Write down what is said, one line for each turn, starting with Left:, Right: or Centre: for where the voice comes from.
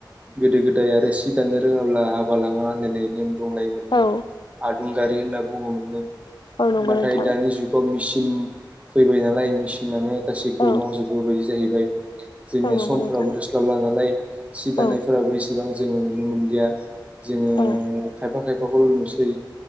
Right: गोदो गोदाय आरो सि दानो रोङाब्ला हाबा लाङा होनलायनाय नेम दंलाय मोननो।
Left: औ
Right: आदुंगारि होनना बुङो मोननो
Left: औ नंगौ
Right: नाथाय
Left: नोंथां
Right: दानि जुग थ' मेचिन फैबाय नालाय मेसिनानो गासैखौबो
Left: औ
Right: मावजोबोबायदि जाहैबाय जोंनिया
Left: औ नंगौ
Right: समफ्राबो
Left: नोंथां
Right: थोस्लाबला नालाय सि दानायफोराबो
Left: औ
Right: एसेबां जोङो नुनो मोनलिया। जोङो
Left: औ
Right: खायफा खायफाखौल' नुसै